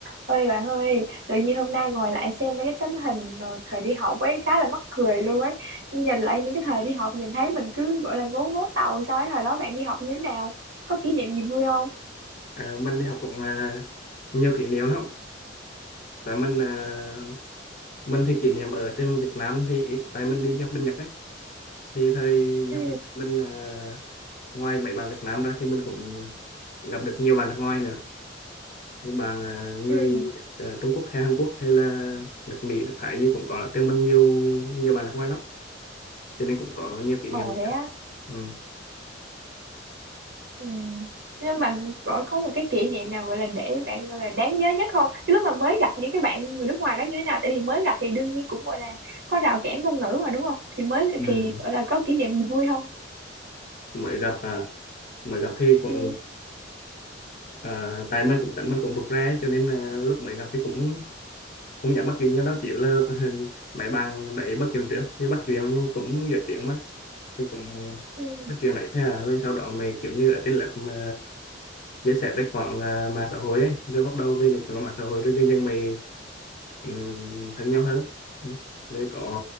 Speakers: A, on the right; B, on the left.
A: ơi bạn ơi, tự nhiên hôm nay ngồi lại xem mấy cái tấm hình rồi thời đi học ấy khá là mắc cười luôn ấy. Nhìn lại những cái thời đi học nhìn thấy mình cứ gọi là ngố ngố tàu sao ấy hồi đó bạn đi học như thế nào? Có kỷ niệm gì vui không?
B: À, mình đi học cũng à, nhiều kỷ niệm lắm tại mình à, mình thì kỷ niệm ở trên Việt Nam thì ít tại mình đi học bên Nhật ấy thì thời
A: Ừ,
B: học bên Nhật mình à, ngoài mấy bạn Việt Nam ra thì mình cũng gặp được nhiều bạn nước ngoài nữa như bạn à, người
A: ừ,
B: à, Trung Quốc hay Hàn Quốc hay là nước Mỹ nước Thái gì cũng có ở trên mình nhiều nhiều bạn nước ngoài lắm cho nên cũng có nhiều kỷ
A: ồ
B: niệm
A: thế á.
B: ừ.
A: Ừ. Nhưng mà gọi có một cái kỷ niệm nào gọi là để bạn gọi là đáng nhớ nhất không? Cái lúc mà mới gặp những cái bạn người nước ngoài đó như thế nào? Tại vì mới gặp thì đương nhiên cũng gọi là có rào cản ngôn ngữ mà đúng không? Thì mới
B: Ừ.
A: thì gọi là có kỷ niệm gì vui không?
B: mới gặp à, mới gặp thì cũng
A: Ừ,
B: à, tại mình cũng tính mình cũng rụt rè cho nên à, lúc mới gặp thì cũng cũng dẫn bắt chuyện với đó chịu là mấy bạn đẩy bắt chuyện trước thì bắt chuyện nhưng cũng dễ tiếng mà thì cũng
A: ừ,
B: bắt chuyện lại thế à rồi sau đó mày kiểu như ở trên lớp mà chia sẻ tài khoản à, mạng xã hội ấy rồi bắt đầu về là chuyện qua mạng xã hội rồi dần dần mày um, thân nhau hơn Ừ. rồi có